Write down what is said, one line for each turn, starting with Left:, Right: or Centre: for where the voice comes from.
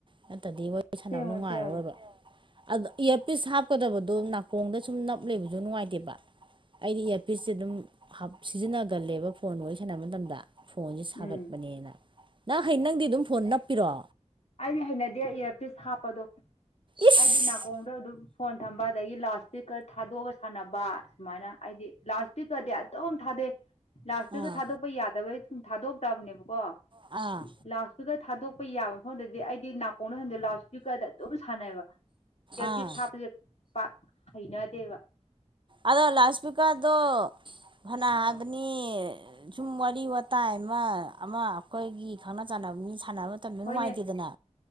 Right: ꯅꯠꯇꯗꯤ ꯋꯥꯔꯤ ꯁꯥꯟꯅꯕ
Left: ꯁꯦꯝꯃꯣ
Right: ꯅꯨꯡꯉꯥꯏꯔꯔꯣꯏꯕ
Left: ꯁꯦꯝꯃꯣ
Right: ꯑ ꯏꯌꯥꯔꯄꯤꯁ ꯍꯥꯞꯀꯗꯕꯗꯣ ꯅꯥꯀꯣꯡꯗ ꯁꯨꯝ ꯅꯞ ꯂꯩꯕꯁꯨ ꯅꯨꯡꯉꯥꯏꯇꯦꯕ ꯑꯩꯗꯤ ꯏ ꯄꯤꯁꯁꯦ ꯑꯗꯨꯝ ꯍꯥꯞ ꯁꯤꯖꯤꯟꯅꯒꯜꯂꯦꯕ ꯐꯣꯟ ꯋꯥꯔꯤ ꯁꯥꯟꯅꯕ ꯃꯇꯝꯗ ꯐꯣꯟꯁꯦ ꯁꯥꯒꯠꯄꯅꯦꯅ
Left: ꯎꯝ
Right: ꯅꯪ ꯍꯌꯦ ꯅꯪꯗꯤ ꯑꯗꯨꯝ ꯐꯣꯟ ꯅꯞꯄꯤꯔꯣ
Left: ꯑꯩ ꯍꯩꯅꯗꯦ ꯏꯌꯥꯔꯄꯤꯁ ꯍꯥꯞꯄꯗꯣ
Right: ꯏꯁ
Left: ꯑꯩꯗꯤ ꯅꯥꯀꯣꯡꯗ ꯑꯗꯨꯝ ꯐꯣꯟ ꯊ ꯑꯗꯒꯤ ꯂꯥꯎꯗꯁ꯭ꯄꯤꯛꯀꯔ ꯊꯥꯗꯣꯛꯑꯒ ꯁꯥꯟꯅꯕ ꯁꯨꯃꯥꯏꯅ ꯍꯥꯏꯗꯤ ꯂꯥꯎꯗꯁ꯭ꯄꯤꯛꯀꯔꯗꯤ ꯑꯗꯨꯝ ꯊꯥꯗꯩ ꯂꯥꯎꯗꯁ꯭ꯄꯤꯛꯀꯔ
Right: ꯑꯥ
Left: ꯊꯥꯗꯣꯛꯄ ꯌꯥꯗꯕꯩ ꯁꯨꯝ ꯊꯥꯗꯣꯛꯇꯕꯅꯦꯕꯀꯣ
Right: ꯑꯥ
Left: ꯂꯥꯎꯗ ꯄꯤꯀꯔ ꯊꯥꯗꯣꯛꯄ ꯌꯥꯕ ꯃꯐꯝꯗꯗꯤ ꯑꯩꯗꯤ ꯅꯥꯀꯣꯡꯅ ꯈꯪꯗꯦ ꯂꯥꯎꯗ ꯁ꯭ꯄꯤꯀꯔꯗ ꯑꯗꯨꯝ ꯁꯥꯟꯅꯩꯑꯕ ꯇꯔ ꯄꯤꯁ
Right: ꯑꯥ
Left: ꯍꯥꯞꯄꯁꯦ ꯄꯥꯛ ꯍꯩꯅꯗꯦꯕ
Right: ꯑꯗꯣ ꯂꯥꯎꯠ ꯁ꯭ꯄꯤꯛꯀꯔꯗ ꯐꯅꯕ
Left: ꯎꯝ
Right: ꯃꯤ ꯁꯨꯝ ꯋꯥꯔꯤ ꯋꯥꯇꯥꯏ ꯑꯃ ꯑꯃ ꯑꯩꯈꯣꯏꯒꯤ ꯈꯪꯅ ꯆꯥꯟꯅꯕ ꯃꯤ ꯁꯥꯟꯅꯕ ꯃꯇꯝꯗ
Left: ꯍꯣꯏꯅꯦ
Right: ꯅꯨꯡꯉꯥꯏꯇꯦꯗꯅ